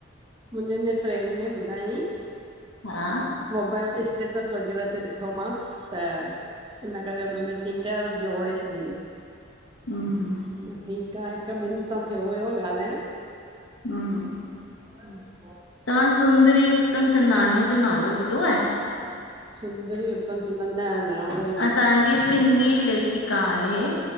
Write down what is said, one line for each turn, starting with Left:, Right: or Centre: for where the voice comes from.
Right: मुंहिंजे हिन फ्रेंंड ने ॿुधाईईं
Left: हा
Right: मोबाइल ते स्टेटस वग़ैरह ते ॾिठोमांसि त हिन करेे हुनने चयी कर जोड़े छॾी
Left: हम ह
Right: मां ठीकु आहे हिकु ॿिनि सां थियो हुयो ॻाल्हाण
Left: हम
Right: हम
Left: तव्हां सुंदरी उत्तम चंदाणीअ जो नालो ॿुधो आहे
Right: सुंदरी उत्तम चंदना न न हुन
Left: असांजी सिंधी लेखिका आहे